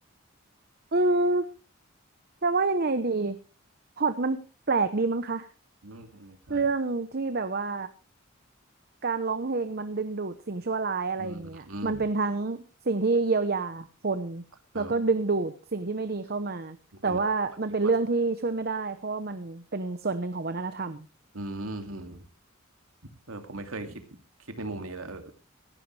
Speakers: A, on the right; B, on the right.
A: ๆอืมจะว่ายังไงดีพล็อตมันแปลกดีมั้งคะ
B: อืมอืมใช่
A: เรื่องที่แบบว่าการร้องเพลงมันดึงดูดสิ่งชั่วร้ายอะไรอย่างเงี้ยมันเป็นทั้งสิ่งที่เยียวยาคน
B: อืมอืมเออ
A: แล้วก็ดึงดูดสิ่งที่ไม่ดีเข้ามาแต่ว่ามันเป็นเรื่องที่ช่วยไม่ได้เพราะว่ามันเป็นส่วนหนึ่งของวัฒนธรรม
B: เป็นพอดีพออืมอืมเออผมไม่เคยคิดคิดในมุมนี้แหละเออ